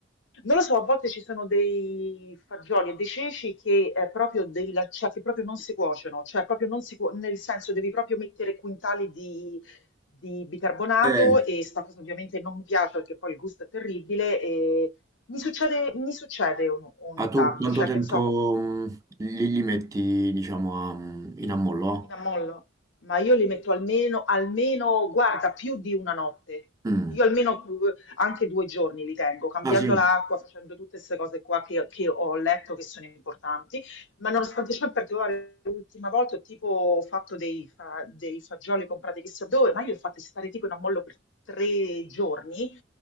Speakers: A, on the left; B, on the right.
A: non lo so, a volte ci sono dei fagioli e dei ceci che, è proprio devi la- cioè, che proprio non si cuociono, cioè proprio non si cuo- nel senso devi proprio mettere quintali di, di bicarbonato
B: Eh,
A: e sta cosa ovviamente non mi piace perché poi il gusto è terribile e mi succede, mi succede un- ogni
B: a tu
A: tanto,
B: quanto
A: cioè che
B: tempo
A: ne so,
B: mh, li, li metti, diciamo, a- in ammollo? ah?
A: In ammollo, ma io li metto almeno, almeno, guarda, più di una notte.
B: Mm.
A: Io almeno eh, anche due giorni li tengo, cambiando
B: Ah sì,
A: l'acqua, facendo tutte queste cose qua che, che ho letto che sono importanti. Ma nonostante ciò, in particolare, l'ultima volta ho tipo fatto dei, fa- dei fagioli comprati chissà dove, ma io li ho fatti stare tipo in ammollo per tre giorni.